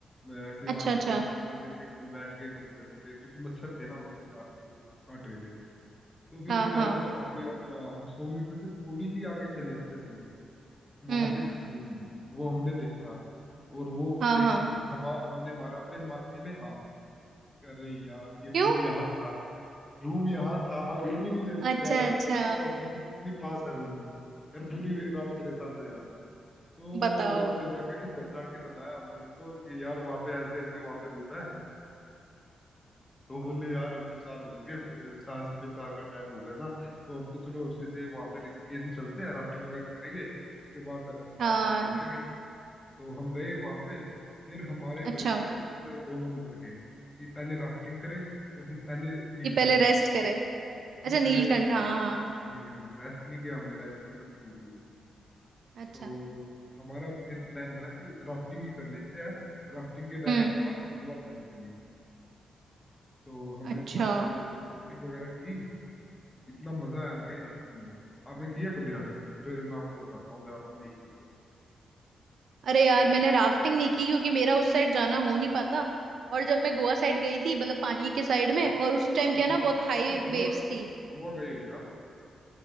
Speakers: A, on the left; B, on the right.
A: मैं ऐसे ही बात
B: अच्छा अच्छा
A: करते करते चल रहे थे कभी बैठ गए कभी चल पड़े क्योंकि मच्छर थे ना मच्छर खा वो काट रहे थे तो फिर
B: हाँ
A: क्या
B: हाँ
A: हुआ वहां पे अपना हम सौ मीटर से थोड़ी ही आगे चले ना जैसे ही वहां
B: हम्म
A: पे था रूम वो हमने देखा और वो
B: हाँ
A: देखते
B: हाँ
A: हम हमने मारा अपने माथे में हाथ अरे यार ये
B: क्यों
A: रूम यहाँ था रूम यहाँ था हम रूम ही नहीं ले लेते
B: अच्छा
A: यार अगर
B: अच्छा
A: हमें पता होता कि इतनी पास है रूम यार पूरी रात परेशान रहे हम तो
B: बताओ
A: हमने जाके <laughs> जाके बताया हमने उनको कि यार वहाँ पे ऐसे ऐसे वहाँ पे रूम है तो बोले यार अब तो चार बज गए अ, चार साढ़े चार का टाइम हो गया था तो अब तो चलो सीधे वहाँ पे ऋषिकेश ही चलते हैं राफ्टिंग वगैरह करेंगे उसके बाद अपना
B: हाँ
A: देख लेंगे तो हम गए वहाँ पे फिर हमारे
B: अच्छा
A: बन गए मतलब दो मूड बन गए कि पहले राफ्टिंग करें या फिर पहले नीलकंठ
B: कि पहले रेस्ट करे अच्छा
A: नहीं
B: नीलकंठ
A: पहले
B: हाँ हाँ
A: हाँ, नीलकंठ रेस्ट नहीं किया हमने रेस्ट की जरूरत नहीं थी
B: अच्छा
A: तो हमारा फिर प्लान बना कि राफ्टिंग ही कर लेते हैं राफ्टिंग के डायरेक्ट
B: हम्म
A: बाद हरिद्वार चल पड़ेंगे तो हमने
B: अच्छा
A: अपना ये राफ्टिंग वगैरह की इतना मजा आया ना भाई राफ्टिंग में आपने किया कभी राफ्टिंग फिर मैं आपको बताता हूँ अगर आपने नहीं की तो
B: अरे यार मैंने राफ्टिंग नहीं की क्योंकि मेरा उस साइड जाना हो नहीं पाता और जब मैं गोवा साइड गई थी मतलब पानी के साइड में
A: हम्म,
B: और उस टाइम क्या
A: हम्म,
B: ना
A: हम्म।
B: बहुत हाई
A: अच्छा गोवा
B: वेव्स थी
A: गोवा गए हो क्या आप